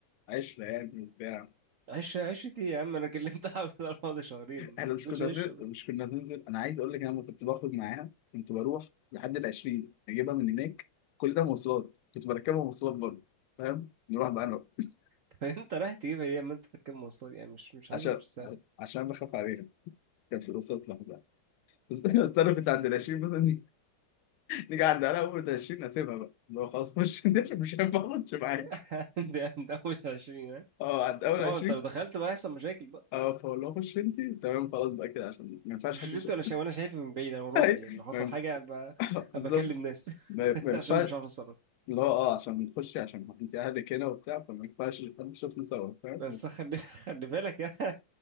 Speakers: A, on the left; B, on the right.
A: عشرة يعني وبتاع
B: عش عشتي يا عم أنا كلمتها <laughs> على الموضوع ده شهرين <laughs> ما
A: احنا مش
B: تقولش
A: كنا
B: عشة
A: بن...
B: بس
A: مش كنا بننزل انا عايز اقول لك انا لما كنت بخرج معاها كنت بروح لحد ال 20 اجيبها من هناك كل ده مواصلات كنت بركبها مواصلات برضه فاهم نروح بقى انا <laughs>
B: <laughs> انت رايح تجيب ايه لما انت تركب مواصلات يعني مش مش حاسب
A: عشان
B: بالسعر
A: عشان بخاف عليها كان في الوسط لوحدها بس <laughs> بس انا كنت عند ال 20 مثلا نيجي عند انا اول 20 اسيبها بقى اللي هو خلاص خش <laughs> انت مش هينفع اخش معاك
B: <laughs> ده ده مش 20 ها
A: اه عند اول
B: طبعا
A: 20
B: انت لو دخلت بقى هيحصل مشاكل بقى
A: اه فاقول له خش انت تمام خلاص بقى كده عشان ما ينفعش
B: مش
A: حد
B: انت
A: يشوف
B: وانا شايف وانا شايف من بعيد انا وراكي
A: <laughs> أيوة،
B: ان حصل
A: ما ينفع-
B: حاجه ابقى
A: <laughs> بالظبط
B: ابقى اكلم ناس
A: ما
B: <laughs>
A: ما ينفعش
B: عشان مش عارف اتصرف
A: اللي هو اه عشان نخش عشان انت اهلك هنا وبتاع فما ينفعش حد يشوفنا سوا فاهم
B: بس
A: <laughs>
B: خلي خلي بالك يعني